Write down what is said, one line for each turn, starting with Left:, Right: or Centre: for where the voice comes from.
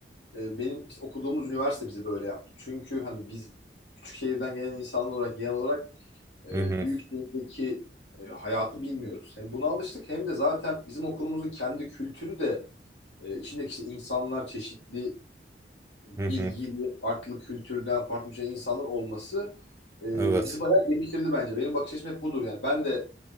Left: e, benim işte okuduğumuz üniversite bizi böyle yaptı. Çünkü hani biz küçük şehirden gelen insanlar olarak genel olarak E,
Right: Hı hı,
Left: büyük şehirdeki e, hayatı bilmiyoruz. Hem buna alıştık hem de zaten bizim okulumuzun kendi kültürü de e, içindeki işte insanlar çeşitli bilgili,
Right: hı hı.
Left: farklı kültürden, farklı şey insanlar olması e,
Right: Evet.
Left: bizi bayağı geliştirdi bence. Benim bakış açım hep budur yani. Ben de